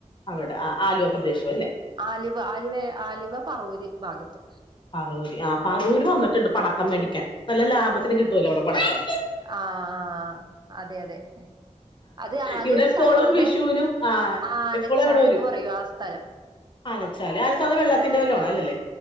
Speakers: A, on the left; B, on the right.
A: അവടെ ആ ആലുവ പ്രദേശം അല്ലേ?
B: ആലുവ ആലുവ ആലുവ പറവൂര് ഭാഗത്ത്.
A: പാറൂര് ആ പാറൂര് വന്നിട്ടിണ്ട് പടക്കം മേടിക്കാൻ. നല്ല ലാഭത്തിന് കിട്ടുവല്ലോ അവിടെ പടക്കം
B: ആഹ് ആഹ്. അതെ അതെ. അത് അത്
A: ഇവിടെ എപ്പോളും
B: സ്ഥലവുണ്ട്
A: വിഷുവിനും ആ
B: ആനച്ചാലന്ന്
A: എപ്പോളും ഇവിടെ വരും
B: പറയും ആ സ്ഥലം.
A: ആനച്ചാല് ആനച്ചാല് വെള്ളത്തിന്റെ വല്ലോ ആണാ അല്ലല്ലേ?